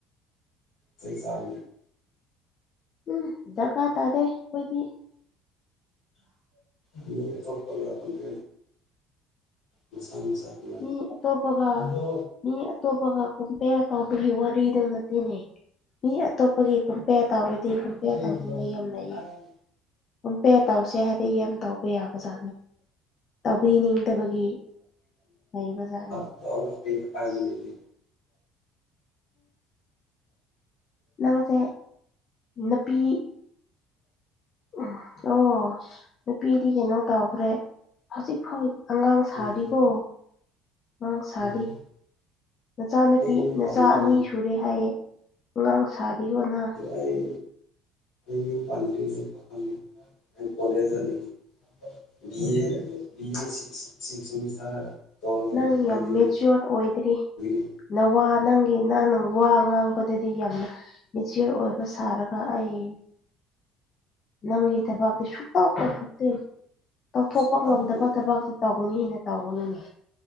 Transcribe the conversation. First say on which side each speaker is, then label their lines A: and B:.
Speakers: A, on the left (about 70°); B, on the left (about 45°).
A: ꯆꯩꯆꯥꯒꯅꯤ
B: ꯎꯝ ꯗꯔꯀꯥꯔ ꯇꯥꯗꯦ ꯑꯩꯈꯣꯏꯗꯤ
A: ꯃꯤ ꯑꯇꯣꯞꯄ <unintelligible> ꯃꯁꯥ ꯃꯁꯥ ꯇꯣꯉꯥꯟꯅ
B: ꯃꯤ ꯑꯇꯣꯞꯄꯒ
A: ꯑꯗꯨ
B: ꯃꯤ ꯑꯇꯣꯞꯄꯒ ꯀꯨꯝ ꯄꯦꯔ ꯇꯥꯎꯕꯒꯤ ꯋꯥꯔꯤꯗꯨ ꯅꯠꯇꯦꯅꯦ ꯃꯤ ꯑꯇꯣꯞꯄꯒꯤ ꯀꯝꯄꯦꯔ ꯇꯥꯎꯔꯗꯤ
A: ꯇꯧꯕꯅꯤ
B: ꯄꯦꯔ ꯇꯧꯅꯤꯡꯉꯩ ꯌꯥꯝ ꯂꯩꯌꯦ ꯀꯝꯄꯦꯔ ꯇꯧꯁꯦ ꯍꯥꯏꯗꯤ ꯌꯥꯝ ꯇꯧꯕ ꯌꯥꯕ ꯖꯥꯠꯅꯤ ꯇꯧꯕꯤꯅꯤꯡꯗꯕꯒꯤ ꯂꯩꯕꯖꯥꯠꯅꯤ
A: <unintelligible> ꯐꯥꯏꯟ ꯂꯩꯌꯦ
B: ꯅꯪꯁꯦ ꯅꯨꯄꯤ ꯎꯝ ꯑꯣ ꯅꯨꯄꯤꯗꯤ ꯀꯩꯅꯣ ꯇꯧꯈ꯭ꯔꯦ ꯍꯧꯖꯤꯛ ꯐꯥꯎ ꯑꯉꯥꯡ ꯁꯥꯔꯤꯀꯣ
A: ꯎꯝ
B: ꯑꯉꯥꯡ ꯁꯥꯔꯤ
A: ꯎꯝ
B: ꯅꯆꯥꯅꯨꯄꯤ
A: ꯑꯩ ꯌꯨꯝ
B: ꯅꯆꯥ
A: ꯄꯥꯟꯗ꯭ꯔꯤꯅꯦ
B: ꯑꯅꯤ ꯁꯨꯔꯦ ꯍꯥꯏꯌꯦ ꯑꯉꯥꯡ ꯁꯥꯔꯤꯒꯣꯅ
A: ꯑꯥꯏ ꯌꯨꯝ ꯄꯥꯟꯗ꯭ꯔꯤꯁꯨ ꯈꯪꯉꯦ ꯑꯩ ꯀꯣꯂꯦꯁꯇ ꯆꯠꯂꯤꯅꯤ BA BA six six semester ꯇꯧꯔꯒ
B: ꯅꯪ
A: ꯍꯥꯏꯗꯤ
B: ꯌꯥꯝ ꯃꯦꯆꯤꯌꯣꯔ ꯑꯣꯏꯗ꯭ꯔꯤ
A: <unintelligible>
B: ꯅꯋꯥ ꯅꯪꯒꯤ ꯅꯪꯅ ꯋꯥ ꯉꯥꯡꯕꯗꯗꯤ ꯌꯥꯝꯅ ꯃꯦꯆꯤꯌꫭꯔ ꯑꯣꯏꯕ ꯁꯥꯔꯛ ꯄ ꯑꯩ ꯅꯪꯒꯤ ꯊꯕꯛꯇꯤ ꯁꯨꯛꯇꯥꯎ ꯇꯧꯊꯣꯛꯇꯦ ꯇꯧꯊꯣꯛꯄ
A: ꯁꯨꯛꯇꯧ
B: ꯉꯝꯗꯕ
A: ꯇꯧꯗꯦ
B: ꯊꯕꯛ ꯇꯧꯒꯅꯤꯅꯦ ꯇꯧꯒꯅꯤꯅꯦ